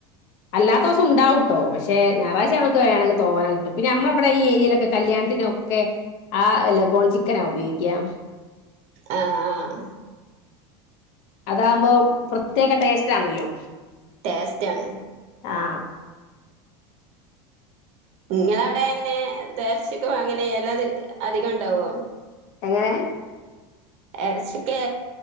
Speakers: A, on the left (about 60°); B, on the right (about 55°).
A: അല്ലാത്ത ദിവസം ഉണ്ടാവൂട്ടോ പക്ഷെ ഞായറാഴ്ച നമുക്ക് വേണമെങ്കിൽ തോന കിട്ടും പിന്നെ നമ്മളവിടെ ഈ ഏരിയയിലൊക്കെ കല്യാണത്തിനൊക്കെ ആ ലഗോൺ ചിക്കനാ ഉപയോഗിക്കാ
B: ആഹ ആഹ
A: അതാകുമ്പോ പ്രത്യേക ടേസ്റ്റ്ണല്ലോ
B: ടേസ്റ്റ് ആണ്
A: ആഹ
B: നിങ്ങളവിടെ എങ്ങനെ ഇറച്ചിയൊക്കെ വേങ്ങൽ എല്ലാ അധികം ഉണ്ടാവോ
A: എങ്ങനെ
B: ഇറച്ചിക്കെ